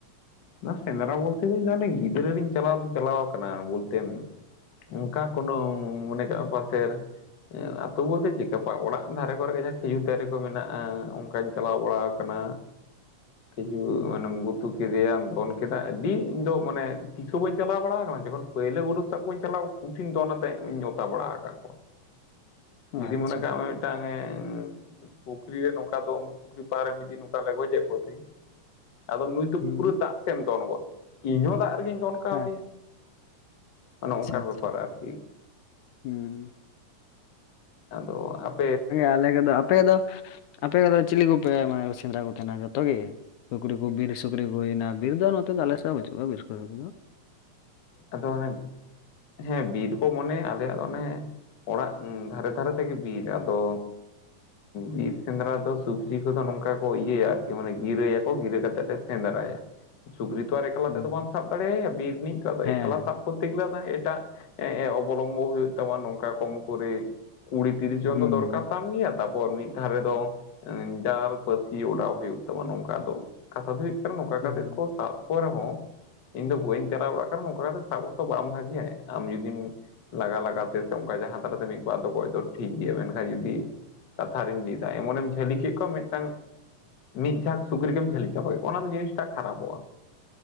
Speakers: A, on the left; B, on the left.
A: ᱚᱱᱟ ᱥᱮᱸᱫᱽᱨᱟ ᱵᱚᱞᱛᱮ <unintelligible> ᱫᱚᱧᱟᱱᱮ ᱜᱤᱫᱽᱨᱟᱹ ᱨᱮᱧ ᱪᱟᱞᱟᱣ ᱫᱚᱧ ᱪᱟᱞᱟᱣ ᱟᱠᱟᱱᱟ ᱵᱚᱞᱛᱮ ᱚᱱᱠᱟ ᱠᱳᱱᱳ ᱢᱚᱱᱮ ᱠᱟᱜ-ᱟ ᱯᱟᱥᱮᱨ ᱟ ᱟᱹᱛᱩᱳ ᱵᱚᱞᱛᱮ ᱪᱤᱠᱟᱯᱟ ᱚᱲᱟᱜ ᱫᱷᱟᱨᱮ ᱠᱚᱨᱮ ᱠᱟᱡᱟᱠ ᱠᱷᱤᱡᱩᱨ ᱫᱟᱨᱮ ᱠᱚ ᱢᱮᱱᱟᱜ-ᱟ ᱚᱱᱠᱟᱧ ᱪᱟᱞᱟᱣ ᱵᱟᱲᱟ ᱟᱠᱟᱱᱟ ᱠᱤᱪᱷᱩ
B: ᱦᱩᱸ
A: ᱢᱟᱱᱮᱢ ᱜᱩᱛᱩᱠᱤᱫᱤᱭᱟᱢ ᱵᱚᱱ ᱠᱮᱫᱟ ᱟᱹᱰᱤ ᱤᱧ ᱫᱚ ᱢᱟᱱᱮ ᱛᱤᱥ ᱦᱚᱸ ᱵᱟᱹᱧ ᱪᱟᱞᱟᱣ ᱵᱟᱲᱟ ᱟᱠᱟᱱᱟ ᱡᱚᱠᱷᱚᱱ ᱯᱳᱭᱞᱳ ᱵᱩᱨᱩ ᱥᱟᱵ ᱵᱟᱹᱧ ᱪᱟᱞᱟᱣ ᱩᱱᱴᱷᱤᱱ ᱫᱚ ᱚᱱᱟᱛᱮᱧ ᱱᱮᱶᱛᱟ ᱵᱟᱲᱟ ᱟᱠᱟᱫ ᱠᱚᱣᱟ <inaudible> ᱡᱩᱫᱤ
B: ᱟᱪᱪᱷᱟ
A: ᱢᱚᱱᱮ ᱠᱟᱜᱢᱮ ᱢᱤᱫᱴᱟᱝ ᱮ ᱯᱩᱠᱷᱨᱤ ᱨᱮ ᱱᱚᱝᱠᱟ ᱫᱚ ᱯᱩᱠᱷᱨᱤ ᱯᱟᱦᱟᱨᱮ ᱢᱤᱫ ᱫᱤᱱ ᱱᱚᱝᱠᱟ ᱞᱮ ᱜᱚᱡᱮᱫ ᱠᱚ ᱛᱟᱦᱮᱸ ᱟᱫᱚ ᱱᱩᱭ ᱫᱚ
B: ᱦᱩᱸ
A: ᱯᱩᱨᱟᱹ ᱫᱟᱜ ᱥᱮᱮᱢᱢ ᱛᱚᱚᱱ ᱜᱚᱫ ᱠ ᱤᱧᱦᱚᱸ ᱫᱟᱜ ᱨᱮᱜᱤᱧ ᱛᱚᱚᱱ ᱠᱟᱣ
B: ᱟᱪᱪᱷᱟ
A: ᱫᱤᱭᱟ <inaudible> ᱚᱱᱮᱚᱝᱠᱟᱱ
B: ᱟᱪᱪᱷᱟ
A: ᱵᱮᱯᱟᱨ ᱟᱨᱠᱤ
B: ᱦᱩᱸ
A: ᱟᱫᱚ ᱟᱯᱽ
B: ᱦᱮᱸ ᱟᱞᱮ ᱠᱚᱫᱚ ᱟᱯᱮ ᱫᱚ ᱟᱯᱮ ᱠᱚᱫᱚ ᱪᱤᱞᱤ ᱠᱚᱯᱮ ᱢᱟᱱᱮ ᱥᱮᱸᱫᱽᱨᱟ ᱠᱚ ᱛᱟᱦᱮᱱᱟ ᱡᱚᱛᱚ ᱜᱮ? ᱥᱩᱠᱨᱤ ᱠᱚ ᱵᱤᱨ ᱥᱩᱠᱨᱤ ᱠᱚ ᱦᱩᱭᱱᱟ ᱵᱤᱨ ᱫᱚ ᱱᱚᱛᱮ ᱫᱚ ᱟᱞᱮ ᱥᱮᱪ ᱦᱚᱸ ᱵᱟᱹᱪᱩᱜ ᱠᱚᱣᱟ ᱵᱤᱨ ᱠᱚ ᱥᱩᱠᱨᱤ ᱫᱚᱱᱷᱟᱜ᱾
A: ᱟᱫᱚ ᱚᱱᱮ ᱦᱮᱸ ᱵᱤᱨ ᱠᱚ ᱢᱚᱱᱮ ᱟᱞᱮᱭᱟᱜ ᱫᱚ ᱚᱱᱮ ᱚᱲᱟᱜ ᱫᱷᱟᱨᱮ ᱫᱷᱟᱨᱮ ᱛᱮᱜᱮ ᱵᱤᱨ ᱟᱫᱚ
B: ᱦᱩᱸ
A: ᱵᱤᱨ ᱥᱮᱸᱫᱽᱨᱟ ᱫᱚ ᱥᱩᱠ ᱥᱩᱠᱨᱤ ᱠᱚᱫᱚ ᱱᱚᱝᱠᱟ ᱠᱚ ᱤᱭᱟᱹᱭᱟ ᱟᱨᱠᱤ ᱢᱟᱱᱮ ᱜᱤᱨᱟᱹᱭᱟᱠᱚ ᱜᱤᱨᱟᱹ ᱠᱟᱛᱮᱫ ᱞᱮ ᱥᱮᱸᱫᱽᱨᱟᱭᱟ ᱥᱩᱠᱨᱤ ᱛᱚ ᱟᱨ ᱮᱠᱞᱟ
B: ᱦᱩᱸ
A: ᱛᱮᱫᱚ ᱵᱟᱢ ᱥᱟᱵ ᱫᱟᱲᱮᱭᱟᱭᱟ ᱵᱤᱨ ᱨᱤᱱᱤᱡ ᱟᱫᱚ ᱮᱠᱞᱟ
B: ᱦᱮᱸ
A: ᱥᱟᱵ ᱠᱚᱨᱛᱮ ᱜᱮᱞᱮ ᱟᱫᱚ ᱮᱴᱟᱜ ᱮ ᱮ ᱚᱵᱚᱞᱚᱢᱵᱚ ᱜᱮ ᱦᱩᱭᱩᱜ ᱛᱟᱢᱟ ᱱᱚᱝᱠᱟ ᱠᱚᱢ ᱠᱚᱨᱮ ᱠᱩᱲᱤ ᱛᱤᱨᱤᱥ ᱡᱚᱱ
B: ᱦᱩᱸ
A: ᱫᱚ ᱫᱚᱨᱠᱟᱨ ᱛᱟᱢ ᱜᱮᱭᱟ ᱛᱟᱯᱚᱨ ᱢᱤᱫ ᱫᱷᱟᱨᱮ ᱫᱚ ᱡᱟᱞ ᱯᱟᱹᱥᱤ ᱚᱰᱟᱣ ᱦᱩᱭᱩᱜ ᱛᱟᱢᱟ ᱱᱚᱝᱠᱟ ᱫᱚ ᱠᱟᱛᱷᱟ ᱫᱚ ᱦᱩᱭᱩᱜ ᱠᱟᱱᱟ ᱱᱚᱝᱠᱟ ᱠᱟᱛᱮᱫ
B: ᱦᱩᱸ
A: ᱠᱚ ᱥᱟᱵ ᱠᱚ ᱨᱮᱦᱚᱸ ᱤᱧ ᱫᱚ ᱵᱟᱹᱧ ᱪᱟᱞᱟᱣ ᱵᱟᱲᱟᱜ ᱱᱚᱝᱠᱟ ᱠᱟᱛᱮᱜ ᱥᱟᱵᱦᱚᱛᱚ ᱵᱟᱢ ᱵᱷᱟᱹᱜᱤᱭᱟ ᱟᱢ ᱡᱩᱫᱤᱢ ᱞᱟᱜᱟ ᱞᱟᱜᱟ ᱛᱮ ᱥᱮ ᱚᱱᱠᱟ ᱡᱟᱦᱟᱸ ᱫᱷᱟᱨᱟᱛᱮ ᱢᱤᱫ ᱵᱟᱨ ᱫᱚ ᱜᱚᱡ ᱫᱚ ᱴᱷᱤᱠ ᱜᱮᱭᱟ, ᱢᱮᱱᱠᱷᱟᱱ ᱡᱩᱫᱤ ᱠᱟᱛᱷᱟ ᱨᱤᱧ ᱞᱟᱹᱭᱫᱟ ᱮᱢᱚᱱᱮᱢ ᱡᱷᱟᱹᱞᱤ ᱠᱮᱫ ᱠᱚᱣᱟ ᱢᱤᱫᱴᱟᱝ ᱢᱤᱫ ᱡᱷᱟᱠ ᱥᱩᱠᱨᱤᱜᱮᱢ ᱡᱷᱟᱹᱞᱤ ᱪᱟᱵᱟᱠᱮᱫᱠᱳᱼᱟ, ᱚᱱᱟ ᱫᱚ ᱡᱤᱥᱴᱟ ᱠᱷᱟᱨᱟᱯᱚᱜᱼᱟ᱾